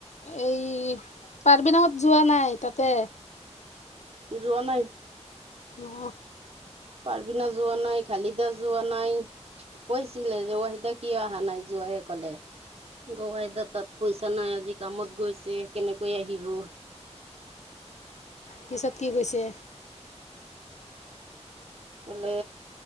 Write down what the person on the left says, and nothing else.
এই কাৰ্বি লঙত যোৱা নাই, তাতে
অ
পিচত কি কৈছে?